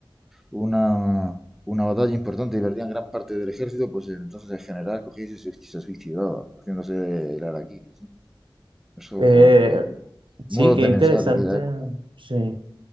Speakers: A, in the centre; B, on the right.
A: una, una batalla importante y perdían gran parte del ejército, pues entonces el general cogía y se, se suicidaba, haciéndose el harakiri, ¿sí? Eso
B: Eh,
A: pues
B: sí,
A: modos
B: qué
A: de
B: interesante.
A: pensar de aquella época.
B: Sí.